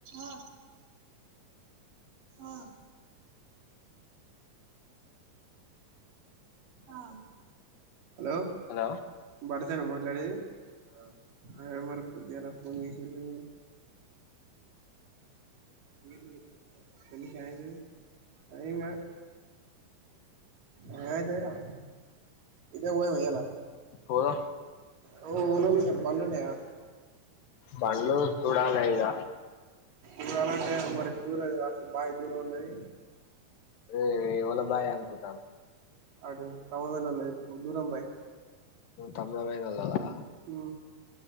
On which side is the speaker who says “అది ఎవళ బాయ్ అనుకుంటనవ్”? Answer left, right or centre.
Left